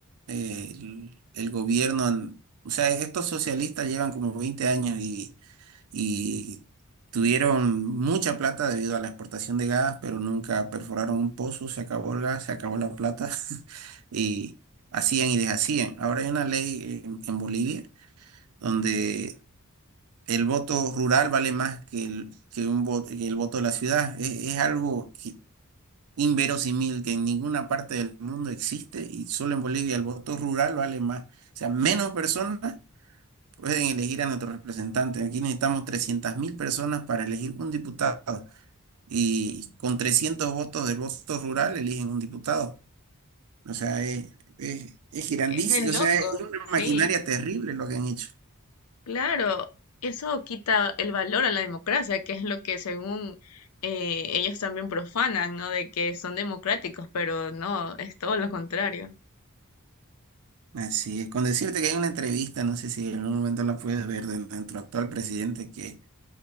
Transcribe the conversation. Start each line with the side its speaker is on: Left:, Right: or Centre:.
Right: el, el gobierno, o sea, estos socialistas llevan como 20 años y, y tuvieron mucha plata debido a la exportación de gas, pero nunca perforaron un pozo, se acabó el gas, se acabó la plata <laughs> y hacían y deshacían. Ahora hay una ley en, en Bolivia donde el voto rural vale más que el, que un voto, que el voto de la ciudad. Es, es algo que inverosímil que en ninguna parte del mundo existe y solo en Bolivia el voto rural vale más. O sea, menos personas pueden elegir a nuestro representante. Aquí necesitamos trescientas mil personas para elegir un diputado y con 300 votos del voto rural eligen un diputado. O sea, es, es, es grandísimo.
Left: Es de loco,
Right: O sea, es una
Left: sí,
Right: maquinaria terrible lo que han hecho.
Left: claro. Eso quita el valor a la democracia, que es lo que según eh, ellos también profanan, ¿no? De que son democráticos, pero no, es todo lo contrario.
Right: Así es, con decirte que hay una entrevista, no sé si en algún momento la puedes ver, de nuestro actual presidente, que,